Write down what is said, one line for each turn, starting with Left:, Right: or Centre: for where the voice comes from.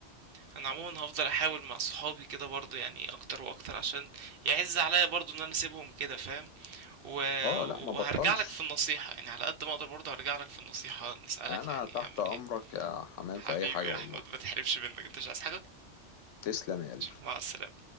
Right: انا عموما هفضل احاول مع صحابي كده برضه يعني اكتر واكتر عشان يعز عليا برضه ان انا اسيبهم كده فاهم و...
Left: اه لا
Right: وهرجع
Left: ما بطلش
Right: لك في النصيحة يعني على قد ما اقدر برضه هرجع لك في النصيحة نسألك
Left: انا
Right: يعني
Left: تحت
Right: اعمل
Left: امرك
Right: ايه
Left: يا حمام
Right: حبيبي
Left: في اي حاجة والله
Right: يا احمد ما تحرمش منك انت مش عايز حاجة
Left: تسلم يا قلبي
Right: مع السلامة